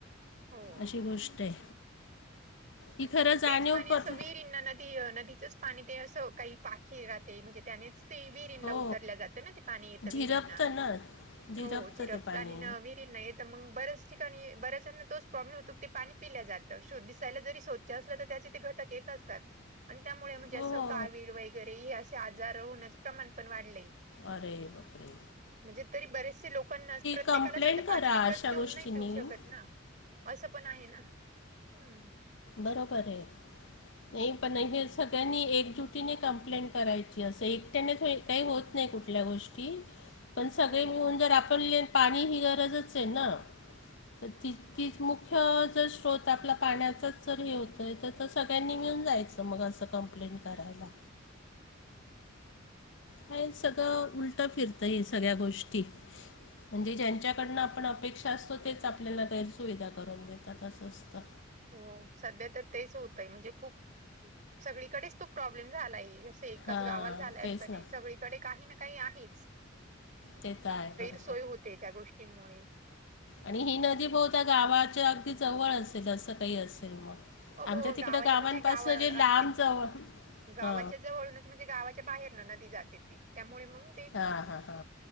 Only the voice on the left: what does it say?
अशी गोष्ट आहे. ही
खरं
जाणीव
पत
हो
झिरपतं
ना झिरपतं
ते पाणी
हो
हो
अरे बपरे!
कंप्लेंट
करा
अशा
गोष्टींनी
बरोबरये. नाही पण हे सगळ्यांनी एकजुटीने कंप्लेंट करायची असं एक एकट्याने काही होत नाही कुठल्या गोष्टी पण सगळे
मिळून जर आपण ल्यन पाणी ही गरजच आहे ना. तर ती तीच मुख्य जर स्रोत आपला पाण्याचाचं जर हे होतंय तर त सगळ्यांनी मिळून जायचं मग असं कंप्लेंट करायला. काय सगळं उलटं फिरतं हे सगळ्या गोष्टी म्हणजे ज्यांच्याकडनं आपण अपेक्षा असतो तेच आपल्याला गैरसुविधा करून देतात असं असतं.
हा
तेच
ना
तेेत आहे ब
आणि ही नदी बहुता गावाच्या अगदी जवळ असेल असं काही असेल मग. आमच्या
तिकडं
गावांपासून
जे लांब
जवळ
हा
हा हा हा